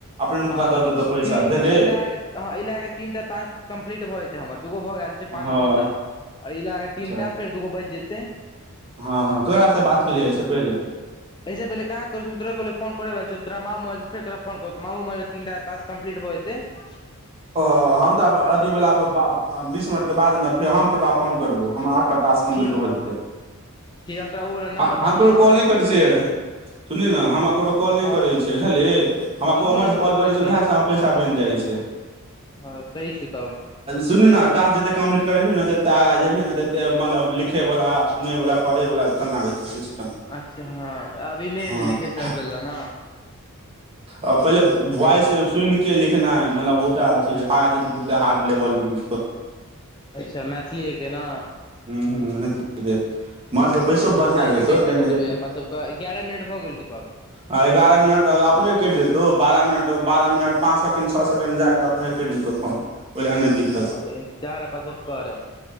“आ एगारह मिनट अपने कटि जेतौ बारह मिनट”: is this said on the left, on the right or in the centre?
Right